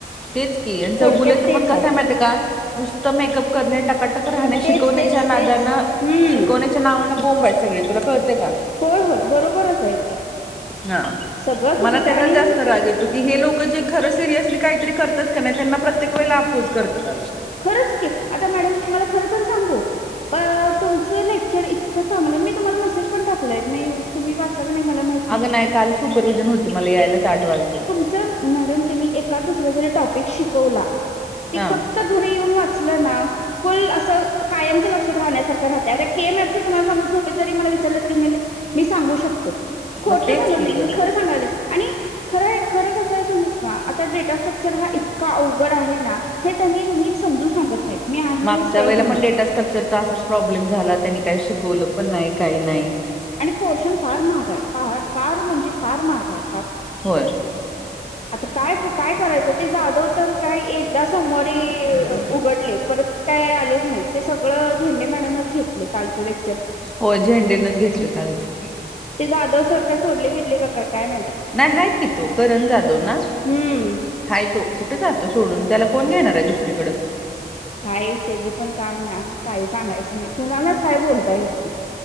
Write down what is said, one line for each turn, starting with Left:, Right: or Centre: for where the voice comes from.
Centre: तेच की चौगुले
Left: थोडक्यात तेच
Centre: पण कसय आहे. माहितीय का नुसतं मेकअप करणे. टकाटक राहणे
Left: तेच
Centre: शिकवण्याच्या
Left: तेच
Centre: नादाानं
Left: तेच हम्म
Centre: शिकवण्याच्या नावानं बोंब आहे सगळे तुला कळतेय का
Left: होय होय बरोबरच आहे ते
Centre: हा
Left: सगळंचभीच
Centre: मला त्याचाच
Left: आणि,
Centre: जास्त राग येतो की हे लोक जे खरं सिरियसली काहीतरी करतात का नाही त्यांना प्रत्येक वेळेला अपोज करतात. अगं
Left: खरच, की आता मॅडम तुम्हाला खरखर सांगू तुमचं लेक्चर इत क चांगलं मी तुम्हाला मेसेज पण टाकलंय म तुम्ही वाचला का नाही मला माही
Centre: अगं नाही काल सुपर्विजन होती मला यायलाच आठ वाजले.
Left: <unintelligible> मॅडम तुम्ही एखाद दुसर जरी टपिक शिकवला ती
Centre: हा
Left: फक्त क्त घरी येऊन वाचलं ना फुल असं कायमचं लक्षात राहण्यासारख राहते आता के मॅपचं तुम्हाला सांगून झोपेत जरी मला विचारलं तरी मला मी सांगू शकते. खोटं
Centre: मग तेच
Left: सांगत
Centre: की
Left: नाही
Centre: ग
Left: मी खरं सांगायले आणि खरय खरं कसं आहे सांगू का आता डेटास्ट्रक्चर हा इतका अवघड आहे ना, हे तुम्ही नीट समजून सांगत नाहीत मी आहे
Centre: मागच्या
Left: हे सरळ
Centre: वेळेला
Left: सांगते
Centre: पण डेटास्ट्रक्चरचा असाच प्रॉब्लेम झाला, त्यांनी काही शिकवलं पण नाही काही नाही
Left: आणि पोर्शन फार महाग आहे फार म्हणजे फार महाग आहे, फार
Centre: होय
Left: आता काय काय करायचं, ते जाधव तर काय एकदा सोमवारी उघडले परत काय आलेच नाहीत. ते सगळं झेंडे मॅडमच घेतले कालच लेक
Centre: हो झेंडेनच घेतलं कालचं.
Left: ते जाधव सर काय सोडले बिडले का काय काय माहित्या
Centre: नाय आहेत की त्या करण जाधव ना?
Left: हम्म
Centre: हाय तो कुठे जातो सोडून त्याला कोण घेणार आहे दुसरीकड.
Left: काय त्याचं पण काम ना काही सांगायचं नाही कुणालाच काय बोलता येत नाही.